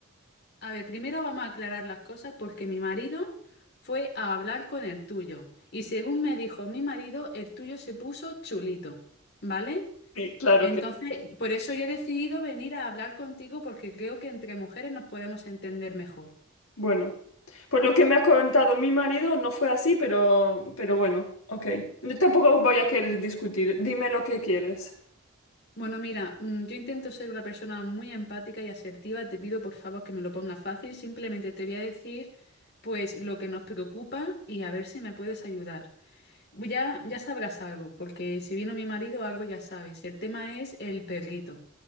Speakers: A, on the left; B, on the left.
A: A ver, primero vamos a aclarar las cosas porque mi marido fue a hablar con el tuyo. Y según me dijo mi marido, el tuyo se puso chulito, ¿vale?
B: Sí, claro
A: Entonces,
B: que.
A: por eso yo he decidido venir a hablar contigo porque creo que entre mujeres nos podemos entender mejor.
B: Bueno, por lo que me ha contado mi marido, no fue así, pero, pero bueno, ok. Yo Tampoco voy a querer discutir. Dime lo que quieres.
A: Bueno, mira, mm, yo intento ser una persona muy empática y asertiva. Te pido por favor que me lo pongas fácil. Simplemente te voy a decir pues lo que nos preocupa y a ver si me puedes ayudar. Ya, ya sabrás algo, porque si vino mi marido, algo ya sabes. El tema es el perrito,